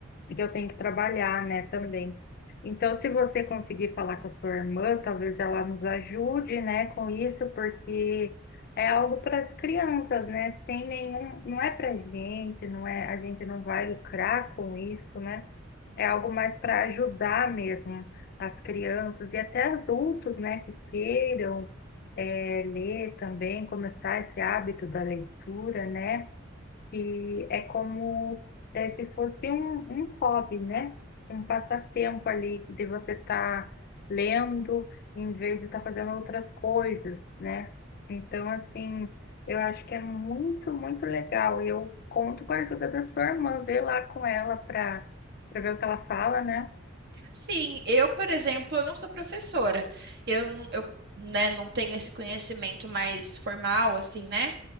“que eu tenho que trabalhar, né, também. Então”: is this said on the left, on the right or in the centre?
Left